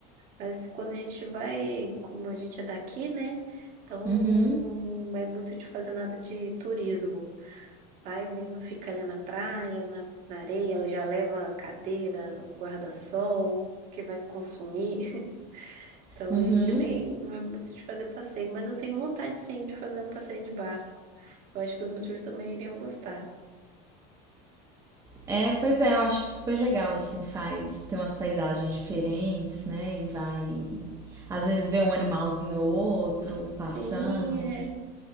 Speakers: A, on the right; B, on the right.
A: Mas quando a gente vai, como a gente é daqui, né? Então
B: Uhum.
A: não é muito de fazer nada de turismo. Vai mesmo, fica ali na praia, na, na areia, ela já leva a cadeira, o guarda-sol, que vai consumir. <laughs> Então
B: Uhum.
A: a gente nem vai muito de fazer passeio, mas eu tenho vontade sim de fazer um passeio de barco. Eu acho que os meus filhos também iriam gostar.
B: É, pois é, eu acho que é super legal, assim, faz. Tem umas paisagens diferentes, né? E vai. Às vezes vê um animalzinho ou outro passando.
A: Sim, é.